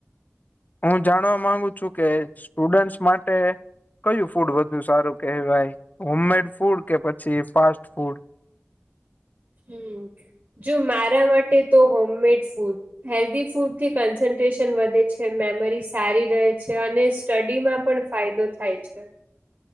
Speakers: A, on the left; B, on the right.
A: હું જાણવા માંગુ છું.? કે સ્ટુડન્ટસ માટે કયું ફૂડ વધુ સારું કહેવાય, હોમમેડ ફૂડ કે, પછી ફાસ્ટ ફૂડ,
B: હમ જો મારા માટે તો હોમમેડ ફૂડ. હેલ્ધી ફૂડથી કન્સન્ટ્રેશન વધે છે મેમરી સારી રહે છે અને સ્ટડી માં પણ ફાયદો થાય છે.